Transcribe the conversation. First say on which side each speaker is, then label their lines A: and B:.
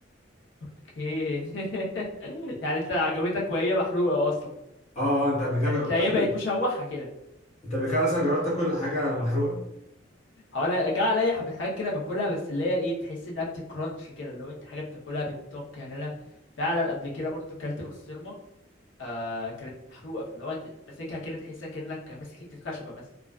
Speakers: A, on the left; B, on the left.
A: اوكي <laughs> يعني انت عجبتك وهي محروقة اصلا
B: اه آه، انت قبل كده
A: يعني
B: جربت
A: انت هي
B: تاكل
A: بقت مشوحة كده
B: انت قبل كده مثلا جربت تاكل حاجه محروقه
A: هو انا جه عليا حبه حاجات كده باكلها بس اللي هي ايه بتحس انها بتكرانش كده لو انت حاجه بتاكلها بتطق يعني انا فعلا قبل كده برضو كلت بسطرمه آه كانت محروقه فاللي هو انت ماسكها كده تحسها كانك ماسك حته خشبه مثلا